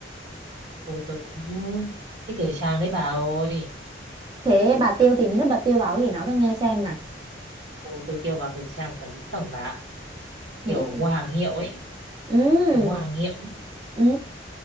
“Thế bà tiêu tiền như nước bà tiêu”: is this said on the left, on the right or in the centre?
Right